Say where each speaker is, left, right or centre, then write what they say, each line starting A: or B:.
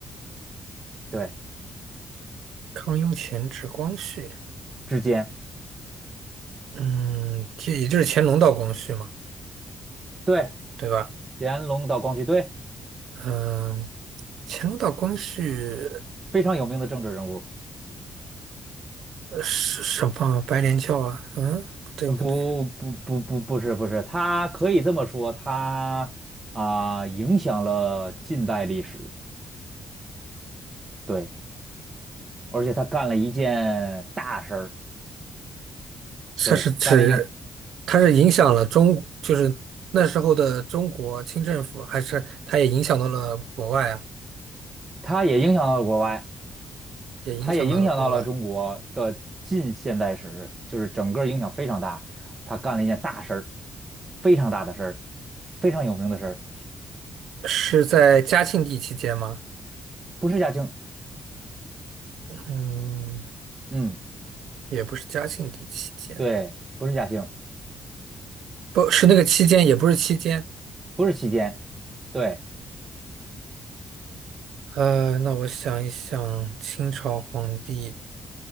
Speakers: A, on the right (about 25°); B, on the right (about 85°).
A: 对，
B: 康雍乾至光绪，
A: 之间，
B: 嗯，这也就是乾隆到光绪嘛，
A: 对，
B: 对吧？
A: 乾隆到光绪，对，
B: 嗯，乾隆到光绪。
A: 非常有名的政治人物。
B: 呃什什么白莲教啊？嗯，不对不对，
A: 呃不不不不不是不是，他可以这么说，他啊、影响了近代历史，对，而且他干了一件大事儿，
B: 它是指
A: 对，干了一件，
B: 它是影响了中，就是那时候的中国清政府，还是它也影响到了国外啊？
A: 他也影响到了国外。
B: 也影响到了国外，
A: 他也影响到了中国的近现代史，就是整个影响非常大。他干了一件大事儿，非常大的事儿，非常有名的事儿，
B: 是在嘉庆帝期间吗？
A: 不是嘉庆，
B: 嗯，
A: 嗯，
B: 也不是嘉庆帝期间，
A: 对，不是嘉庆，
B: 不是那个期间，也不是期间。
A: 不是期间，对
B: 呃，那我想一想，清朝皇帝，